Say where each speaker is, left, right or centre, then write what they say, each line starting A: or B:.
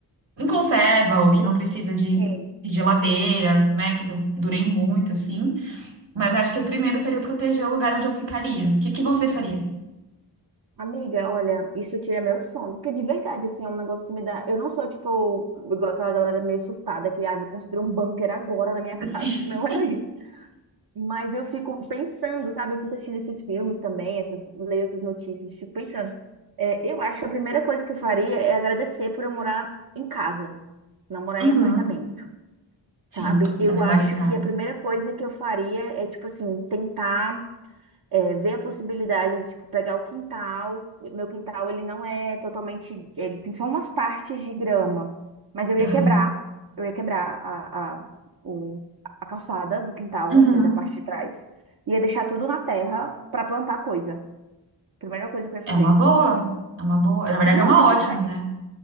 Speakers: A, on the right; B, on the right.
A: em conserva ou que não precisa de
B: Sim.
A: geladeira, né, que du- durem muito, assim. Mas acho que o primeiro seria proteger o lugar onde eu ficaria. O que que você faria?
B: Amiga, olha, isso tira meu sono. Porque de verdade, assim, é um negócio que me dá. Eu não sou, tipo, igual aquela galera meio surtada que, ah, vou construir um bunker agora na minha <laughs> casa.
A: <laughs> Sim.
B: Não é isso. Mas eu fico pensando, sabe? Eu fico assistindo esses filmes também, essas... leio essas notícias, fico pensando. É, eu acho que a primeira coisa que eu faria é agradecer por eu morar em casa. não morar
A: Uhum.
B: em apartamento, sabe?
A: Sim,
B: Eu
A: também
B: acho
A: moro em casa.
B: que a primeira coisa que eu faria é, tipo assim, tentar é, ver a possibilidade de, tipo, pegar o quintal. Meu quintal, ele não é totalmente... Ele tem só umas partes de grama, mas eu ia
A: Uhum.
B: quebrar, eu ia quebrar a, a, o, a calçada do quintal,
A: Uhum.
B: assim, da parte de trás. Ia deixar tudo na terra pra plantar coisa. Primeira coisa que eu ia fazer.
A: É uma boa. É uma boa. Na verdade,
B: De- não,
A: é uma
B: de verdade.
A: ótima, né?